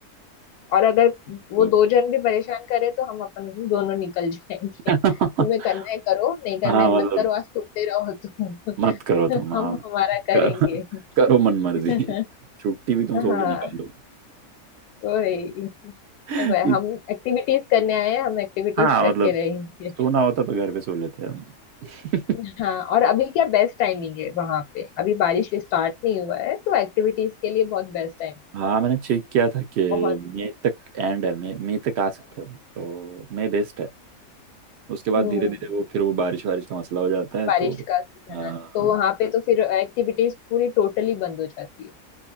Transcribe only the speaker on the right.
तो
<laughs>
हाँ
मतलब
मत करो तुम
हाँ
कर, करो मन मर्जी
छुट्टी भी तुम सो
के निकालो
<laughs>
हाँ
मतलब
सोना होता तो घर पे सो लेते हम <laughs>
हाँ मैंने चेक किया था कि
मई तक एंड है मई मई तक आ सकते हो तो मई बेस्ट है उसके बाद
धीरे धीरे वो फिर वो बारिश वारिश का मसला हो जाता है
तो
हाँ